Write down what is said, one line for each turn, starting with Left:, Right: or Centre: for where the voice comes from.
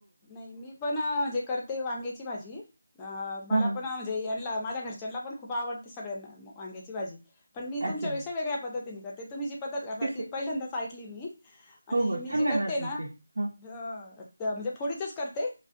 Left: नाही मी पण म्हणजे करते वांग्याची भाजी अ मला
Right: हा हा
Left: पण म्हणजे यांना माझ्या घर घरच्यांला खूप आवडते सगळ्यांना वांग्याची भाजी, पण मी
Right: अच्छा
Left: तुमच्यापेक्षा वेगळ्या पद्धतीने करते, तुम्ही जी पद्धत पद्धत करतात
Right: कसे
Left: ती पहिल्यांदाच ऐकली मी आणि
Right: हो हो
Left: मी
Right: सांगा
Left: जे करते
Right: तुमचे
Left: ना
Right: हा
Left: ह म्हणजे फोडीचच करते